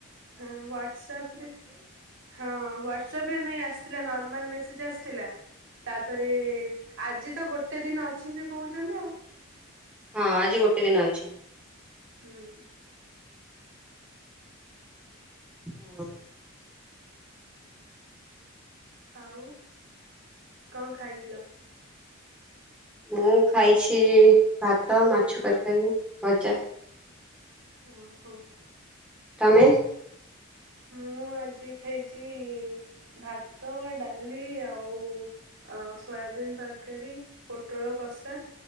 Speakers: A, on the right; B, in the centre.
A: ହଁ ହ୍ଵାଟସାପରେ ହଁ ହ୍ଵାଟସଆପରେ ନାଇଁ ଆସିଥିଲା ନର୍ମାଲ ମେସେଜ ଆସିଥିଲା ତାପରେ ଆଜିତ ଗୋଟେ ଦିନ ଅଛି ସେକହୁଚନ୍ତି ଆଉ।
B: ହଁ ଆଜି ଗୋଟେ ଦିନ ଅଛି।
A: ହୁଁ।
B: ହଁ।
A: <inaudible> ଆଉ କଁ ଖାଇଥିଲ?
B: ମୁଁ ଖାଇଛି ଭାତ ମାଛ ତରକାରୀ ଭଜା।
A: ଓହୋ‌
B: ତମେ?
A: ମୁଁ ଆଜି ଖାଇଚି ଭାତ ଡାଲି ଆଉ ଅ, ସୋୟାବିିନ ତରକାରୀ, ପୋଟଳ କଷା।